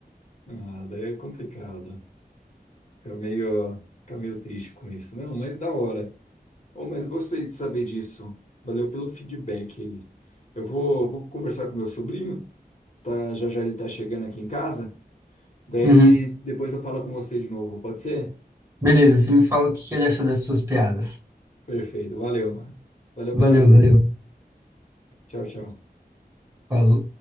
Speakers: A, on the left; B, on the right.
A: ah, daí é complicado. Fica meio, fica meio triste com isso. Não, mas da hora. Oh, mas gostei de saber disso. Valeu pelo feedback aí. Eu vou, vou conversar com meu sobrinho. Tá, já já ele tá chegando aqui em casa. Daí
B: Uhum.
A: depois eu falo com você de novo, pode ser?
B: Beleza, você me fala o que que ele achou das suas piadas.
A: Perfeito, valeu, mano. Valeu
B: Valeu,
A: pela ajuda.
B: valeu.
A: Tchau, tchau.
B: Falou.